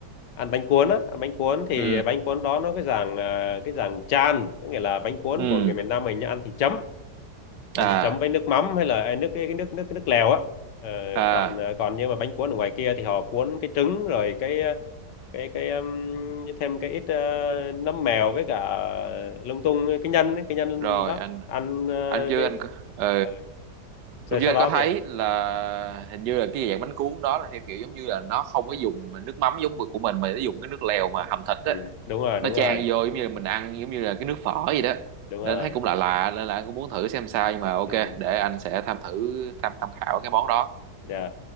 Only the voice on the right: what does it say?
ừ
ừ
à
à
rồi
anh
anh chưa
anh có ừ
lúc
trước anh
có thấy
là hình như là cái dạng bánh cuốn đó là theo kiểu giống như là nó không có dùng nước mắm giống của mình mà nó dùng cái nước lèo mà hầm thịt
á
nó chan
vô giống như là mình ăn giống như là cái nước phở gì đó
nên thấy cũng lạ lạ nên là anh cũng muốn thử xem sao nhưng mà ok
để anh sẽ tham thử tham tham khảo cái món đó